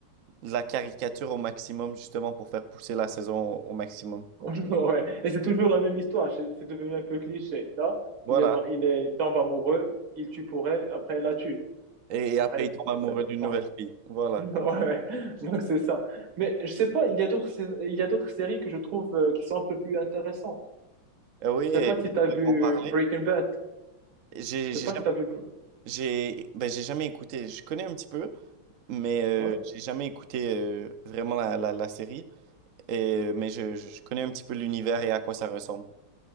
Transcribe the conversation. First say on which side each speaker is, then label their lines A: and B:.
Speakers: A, on the right (about 80°); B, on the right (about 65°).
A: de la caricature au maximum, justement, pour faire pousser la saison au, au maximum.
B: <laughs> Ouais. Et c'est toujours la même histoire, c'est c'est devenu un peu cliché. Là,
A: Voilà.
B: il est, mar- il est, il tombe amoureux, il tue pour elle, après elle la tue.
A: Et, et
B: Après,
A: après, il tombe amoureux
B: il- ça-
A: d'une nouvelle
B: ouais.
A: fille. Voilà.
B: <laughs> Ouais, ouais. Donc c'est ça. Mais je sais pas, il y a d'autres, sais- il y a d'autres séries que je trouve euh, qui sont un peu plus intéressantes.
A: Euh, oui,
B: Je
A: et
B: sais pas si t'as vu
A: on peut en parler.
B: Breaking Bad.
A: J'ai
B: Je sais
A: j'ai
B: pas
A: jamais,
B: si t'as vu. Br-
A: j'ai, ben, j'ai jamais écouté. Je connais un petit peu, mais euh,
B: Ouais.
A: j'ai jamais écouté euh, vraiment la, la, la série. Et, euh, mais je, je connais un petit peu l'univers et à quoi ça ressemble.